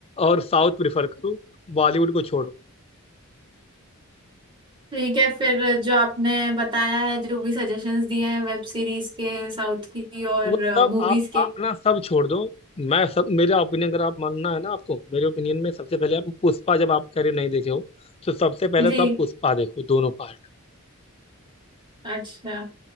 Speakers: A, on the left (about 25°); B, on the right (about 20°).
A: और साउथ प्रिफर करो बॉलीवुड को छोड़ो
B: ठीक है फिर जो आपने बताया है जो भी सजेशंस दिए हैं वेब सीरीज के साउथ की और
A: वो सब
B: मूवीज
A: आप
B: के
A: आप ना सब छोड़ दो मैं सब मेरा ओपिनियन अगर आप मानना है ना आपको मेरे ओपिनियन में सबसे पहले आप पुष्पा जब आप कह रहे हो नहीं देखे हो तो सबसे पहले
B: जी
A: तो आप पुष्पा देखो दोनों पार्ट
B: अच्छा